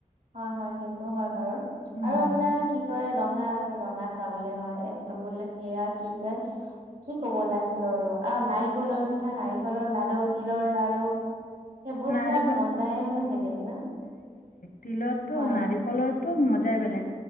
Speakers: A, on the right; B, on the left.
A: হয় হয় সেইটো হয় বাৰু
B: উম
A: আৰু আপোনাৰ কি কয় ৰঙা ৰঙা চাহ বোলে হয় সেইটো বোলে সেয়া কি কয় কি ক'ব ওলাইছিলোঁ আৰু অ নাৰিকলৰ পিঠা নাৰিকলৰ লাড়ু তিলৰ লাড়ু সেইবোৰ
B: নাৰিকল
A: খোৱাৰ মজাই মানে বেলেগে না।
B: তিলতটো
A: হয়
B: নাৰিকলত টো মজাই বেলেগ